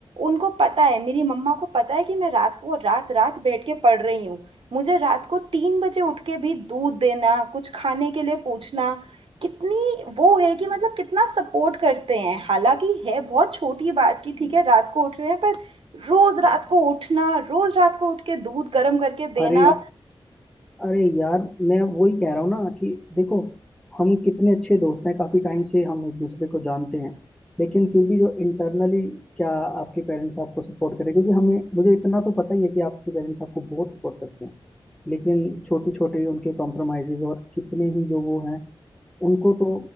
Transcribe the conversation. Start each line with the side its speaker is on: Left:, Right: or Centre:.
Right: उनको पता है मेरी मम्मा को पता है कि मैं रात को रात रात बैठ के पढ़ रही हूँ मुझे रात को तीन बजे उठ के भी दूध देना कुछ खाने के लिए पूछना कितनी वो है कि मतलब कितना सपोर्ट करते हैं हालांकि है बहुत छोटी बात की ठीक है रात को उठ रहे हैं पर रोज रात को उठना रोज रात को उठ के दूध गर्म करके देना
Centre: अरे अरे यार मैं वही कह रहा हूँ ना कि देखो हम कितने अच्छे दोस्त हैं काफी टाइम से हम एक दूसरे को जानते हैं लेकिन फिर भी जो इंटरनली क्या आपके पेरेंट्स आपको सपोर्ट करें क्योंकि हमें मुझे इतना तो पता ही है कि आपके पेरेंट्स आपको बहुत सपोर्ट करते हैं लेकिन छोटे छोटे उनके कॉम्प्रोमाइजेज और कितने ही जो वो हैं उनको तो